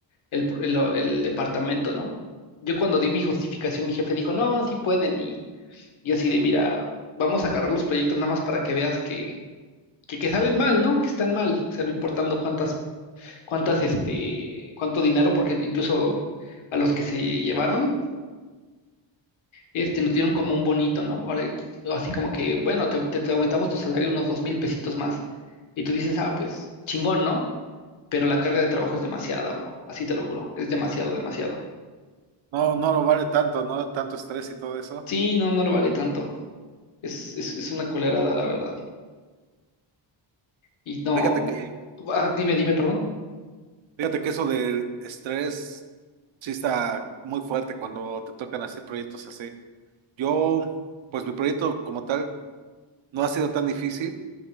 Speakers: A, on the left; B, on the right.
A: el, pr- el, el departamento, ¿no? Yo cuando di mi justificación, mi jefe dijo, no, sí pueden, y yo así de, mira, vamos a agarrar los proyectos nada más para que veas que que, que salen mal, ¿no? Que están mal, o sea, no importando cuántas, cuántas, este, cuánto dinero, porque incluso a los que se llevaron, este, nos dieron como un bonito, ¿no? Ahora, así como que, bueno, te, te- te aumentamos tu salario unos dos mil pesitos más. Y tú dices, ah, pues, chingón, ¿no? Pero la carga de trabajo es demasiada, bro. Así te lo juro. Es demasiado, demasiado.
B: No, no lo vale tanto, ¿no? Tanto estrés y todo eso.
A: Sí, no, no lo vale tanto. Es, es, es una colerada, la verdad. Y no.
B: Fíjate que,
A: Ah, dime, dime, perdón.
B: fíjate que eso del estrés sí está muy fuerte cuando te tocan así proyectos así. Yo, pues mi proyecto como tal no ha sido tan difícil.